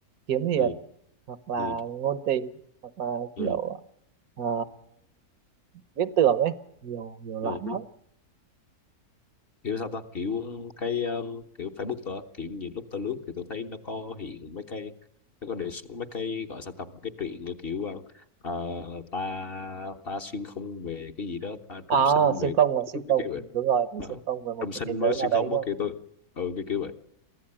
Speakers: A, on the right (about 70°); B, on the left (about 40°).
A: kiếm hiệp
B: ừ.
A: hoặc là
B: Ừ.
A: ngôn tình hoặc là
B: Ừ.
A: kiểu à, viễn tưởng ấy nhiều nhiều loại
B: Ừ.
A: lắm
B: kiểu sao ta kiểu cái um, kiểu Facebook tôi á, kiểu nhìn lúc tôi lướt thì tôi thấy nó có hiện mấy cái nó có đề xuất mấy cái gọi sao ta mấy cái truyện như kiểu uh, ờ, ta ta xuyên không về cái gì đó ta trùng
A: à
B: sinh về
A: xuyên không và xuyên
B: cái
A: không
B: kiểu
A: Ừ,
B: vậy
A: đúng rồi tôi
B: đó
A: xuyên không về một
B: trùng
A: cái
B: sinh
A: thế giới
B: với xuyên
A: nào đấy
B: không á kiểu tôi ừ kiểu kiểu vậy